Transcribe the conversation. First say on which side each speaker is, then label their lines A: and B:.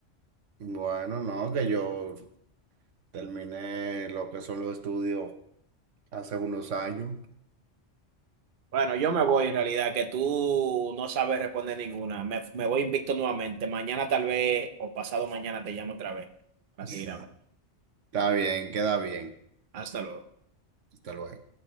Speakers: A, on the right; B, on the right.
A: Bueno, no, que yo Terminé lo que son los estudios hace unos años.
B: Bueno, yo me voy en realidad, que tú no sabes responder ninguna. Me, me voy invicto nuevamente. Mañana tal vez o pasado mañana te llamo otra vez para
A: <laughs>
B: seguir hablando.
A: Está bien, queda bien.
B: Hasta luego.
A: Hasta luego.